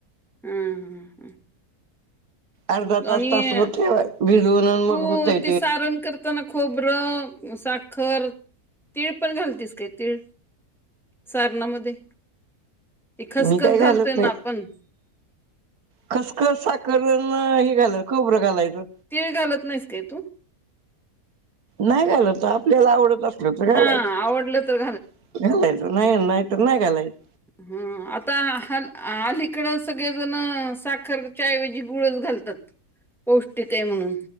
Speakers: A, in the centre; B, on the right.
A: हम्म हम्म हम्म
B: अर्धा तास
A: आणि
B: तास ठेवा भिजवून मग
A: तू
B: होतय
A: ते सारण करताना खोबरं साखर तीळ पण घालतीस काय तीळ सारणामध्ये ते खसखस
B: मी काय
A: घालतोय
B: घालत नाही.
A: ना आपण
B: खसखस साखर अन् हे घालायच खोबरं घालायचं.
A: तीळ घालत नाहीस काय तू
B: नाही घालत आपल्याला आवडत असल तर
A: हा
B: घालायचं
A: आवडलं तर
B: घालायचं नाही नाही तर नाही घालायचं.
A: हम्म आता अलीकड सगळेजण साखर च्याऐवजी गुळच घालतात पौष्टिक ये म्हणून